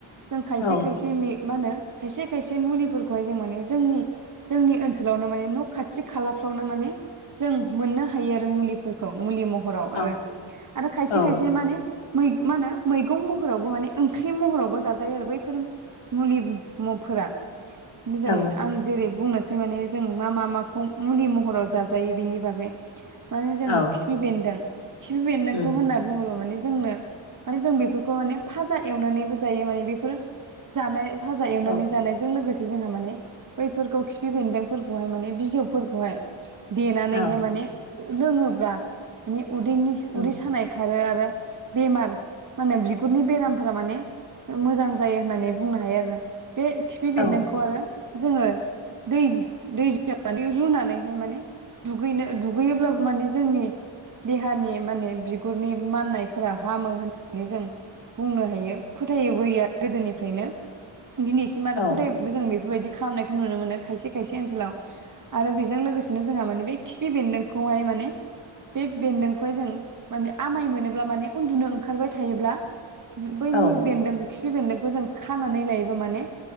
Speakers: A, on the right (about 40°); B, on the left (about 75°).
A: जों खायसे
B: औ
A: खायसे मि मा होनो खायसे खायसे मुलिफोरखौहाय जों माने जोंनि जोंनि ओनस सोलावनो माने न' खाथि खालाफ्रावनो माने जों मोननो हायो आरो मुलिफोर मुलि महराव आरो,
B: औ
A: आरो खायसे
B: औ
A: खायसे माने मैग मा होनो मैगं महरावबो माने ओंख्रि महरावबो जाजायो आरो बैफोर मुलि म फोरा <unintelligible>
B: औ
A: आं जेरै बुंनोसै माने जों मा मा माखौ मुलि महराव जाजायो बेनि बागै माने जों
B: औ
A: खिफि बेन्दों खिफि बेन्दोंखौ
B: उम
A: होननानै बुङोब्ला माने जोंनो मे जों बेफोरखौ माने फाजा एवनानैबो जायो माने बेफोर जानाय फाजा एवनानै
B: औ
A: जानायजों लोगोसे जोंहा माने बैफोरखौ खिफि बेन्दोंफोर खौ हाय माने बिजौफोरखौहाय देनानैहाय
B: औ
A: माने लोङोब्ला माने उदैनि
B: उम
A: उदै सानाय खारो आरो बेमार माने बिगुरनि बेरामफोरा माने मोजां जायो होननानै बुंनो हायो आरो। बे खिफि बेन्दोंखौ
B: औ
A: आरो जोङो दै दैजों माने रुनानैहाय माने दुगैनो दुगैयोब्लाबो माने जोंनि देहानि माने बिगुरनि माननायफोरा हामो होननानै जों बुंनो हायो फोथायोबोयो। गोदोनिफ्रायनो दिनैसिम आरो
B: ओ
A: फोथाय जों बेफोरबायदि खालामनायखौ नुनो मोनो खायसे खायसे ओनसोलाव आरो बेजों लोगोसेनो जोंहा माने बे खिफि बेन्दोंखौहाय माने बे बेन्दोंखौहाय जों माने आमाय मोनोब्ला माने उन्दुनो ओंखारबाय थायोब्ला बैनि
B: औ
A: बेन्दों खिफि बेन्दोंखौ जों खानानै लायोबो माने